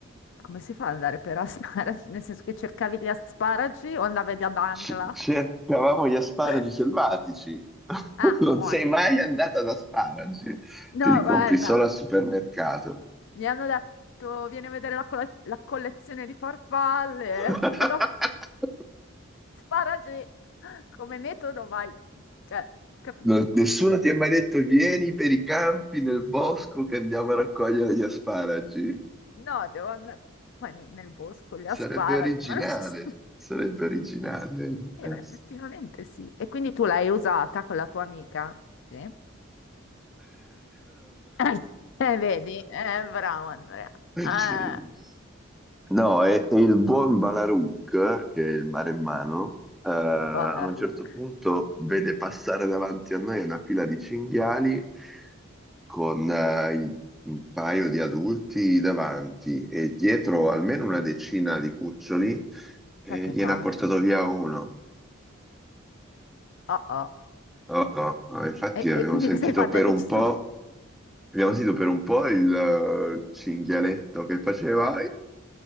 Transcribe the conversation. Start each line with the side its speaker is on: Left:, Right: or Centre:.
Left: come si fa ad andare per asparagi? <laughs> Nel senso che cercavi gli asparagi o andavi da Bangla?
Centre: C- cercavamo gli asparagi
Left: <laughs>
Centre: selvatici. <laughs>
Left: Ah,
Centre: Non
Left: buono.
Centre: sei
Left: sì.
Centre: mai andata ad asparagi,
Left: No,
Centre: te li compri
Left: guarda,
Centre: solo al supermercato.
Left: mi hanno detto vieni a vedere la, colla- la collezione di farfalle.
Centre: <laughs>
Left: <laughs> Madonna, sparagi come metodo, vai, cioè, capisco.
Centre: No- nessuno ti ha mai detto vieni per i campi nel bosco che andiamo a raccogliere gli asparagi.
Left: No, devo andare poi ne- nel bosco, gli
Centre: Sarebbe
Left: asparagi,
Centre: originale,
Left: ma non ci sta.
Centre: sarebbe originale. Mhm.
Left: Eh, beh, effettivamente sì. E quindi tu l'hai usata con la tua amica? Sì. <coughs> Eh, eh, vedi? Eh, bravo Andrea.
Centre: Eh. <laughs>
Left: Eh.
Centre: <clears throat> No, e, e il buon Balaruc, che è il maremmano, eh, a
Left: Balaruk,
Centre: un certo punto vede passare davanti a noi una fila di cinghiali con eh, il- un paio di adulti davanti e dietro almeno una decina di cuccioli e
Left: tacchia
Centre: gliene
Left: tanto.
Centre: ha portato via uno.
Left: Oh, oh.
Centre: Oh, oh, oh, Infatti
Left: E,
Centre: abbiamo
Left: e quindi
Centre: sentito
Left: cosa hai fatto?
Centre: per
Left: Hai deciso
Centre: un po',
Left: di
Centre: abbiamo sentito per un po' il eh, cinghialetto che faceva